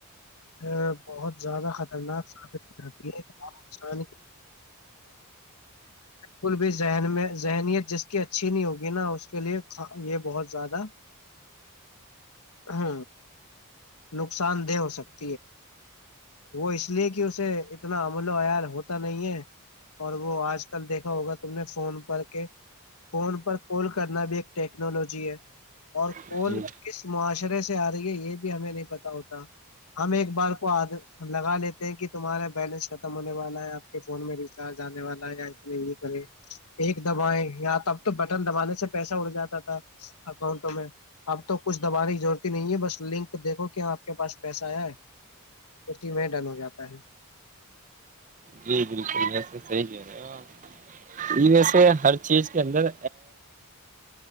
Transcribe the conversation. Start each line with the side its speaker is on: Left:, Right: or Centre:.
Left: ا بہت زیادہ خطرناک ثابت ہو جاتی ہے انسان بالکل بھی ذہن میں ذہنیت جس کی اچھی نہیں ہوگی نا اس کے لیے یہ بہت زیادہ ہ نقصان دہ ہو سکتا وہ اس لیے کہ اسے اتنا امل و عیال ہوتا نہیں ہے اور وہ آج کل دیکھا ہوگا تم نے فون پر کے فون پر کال کرنا بھی ایک ٹیکنالوجی ہے اور کول
Right: ہیں جی
Left: کس معاشرے سے آ رہی ہے یہ بھی ہمیں نہیں پتا ہوتا ہم ایک بار کو لگا لیتے ہیں کہ تمہارا بیلنس ختم ہونے والا ہے آپ کے فون میں ریچارج آنے والا ہے یا اتنے یہ کریں ایک دبائائےیں یا ت اب تو بٹن دبانے سے پیسہ اڑ جاتا تھا اکاؤنٹوں میں اب تو کچھ دبانے کی ضرورتتی نہیں ہے بس لنک دیکھو کیا آپ کے پاس پیسہ آیا ہے اس ہی میں ڈل ہو جاتا ہے
Right: جی بالکل وسے صحیح ہے ویسے ہر چیز کے اندر